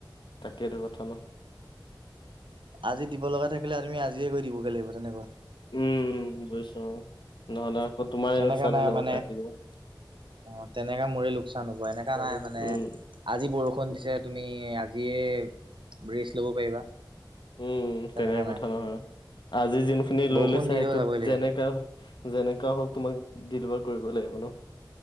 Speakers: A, on the left; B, on the right.
A: তাকেইটো কথা ন
B: আজি দিব লগা থাকিলে তুমি আজিয়ে গৈ দিবগে লাগিব তেনেকুৱা
A: উম বুইিছো নহলে আকৌ তোমাৰ
B: এনেকা
A: লোকচান
B: নাই
A: হৈ যাব
B: মানে
A: কাটি দিবা
B: অ তেনেকে মোৰে লোকচান হ'ব এনেকা নাই মানে
A: উম
B: আজি বৰষুণ দিছো তুমি আজিয়ে ৰেচ ল'ব পাৰিবা
A: উম
B: তেনেকা
A: তেনেকে
B: নাই
A: কথা নহয় আজি যোনখিনি
B: বৰষুণ
A: লৈ লৈছা
B: দিলেও
A: সেইটোত
B: যাবই লাগিব
A: যেনেকা হল যেনেকা হওক তোমাক ডেলিভাৰ কৰিব লাগিব ন